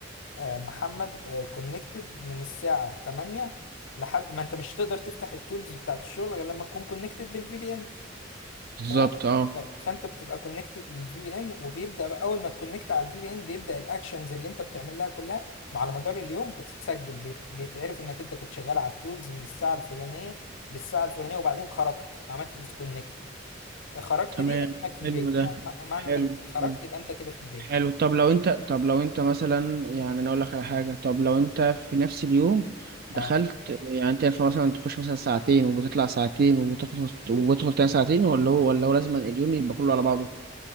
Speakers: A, on the left (about 75°); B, on the right (about 50°).
A: آه، آه، محمد كونكتد من الساعه 8 لحد ما انت مش هتقدر تفتح التولز بتاعت الشغل غير لما تكون كونكتد بالفي بي ان
B: بالظبط
A: تمام
B: اه
A: ف- فانت بتبقى كونكتد للفي بي ان وبيبدا بقى اول ما تكونكت على الفي بي ان بيبدا الاكشنز اللي انت بتعملها كلها مع- على مدار اليوم بتتسجل بيت... بيتعرف انك انت كنت شغال على التولز من الساعه الفلانيه للساعه الفلانيه وبعدين خرجت عملت ديسكونكت خرجت
B: تمام
A: دي اكنك في
B: حلو
A: بريك
B: ده
A: يعني مع- معنى
B: حلو
A: انك خرجت
B: حلو
A: يبقى انت كده في بريك
B: حلو طب لو انت طب لو انت مثلا يعني انا اقول لك على حاجة طب لو انت في نفس اليوم دخلت
A: اه
B: يعني انت ينفع مثلا تخش مثلا ساعتين وبتطلع ساعتين وبتخلص وبتدخل تاني ساعتين ولا هو ولا هو لازم اليوم يبقى كله على بعضه